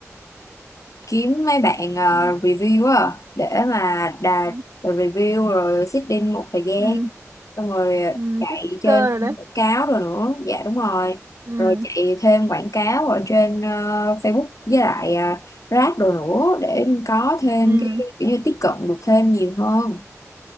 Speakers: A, on the left; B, on the right.
A: kiếm mấy bạn ờ,
B: ừ
A: review á để mà đà
B: ừ
A: review rồi sitting một thời gian
B: ừ
A: xong rồi
B: ừ
A: chạy
B: tích
A: trên
B: cơ rồi đấy
A: quảng cáo rồi nữa dạ đúng rồi
B: ừ
A: rồi chạy thêm quảng cáo ở trên ờ, Facebook với lại uh, Grab rồi nữa để có thêm
B: ừ
A: cái kiểu như tiếp cận được thêm nhiều hơn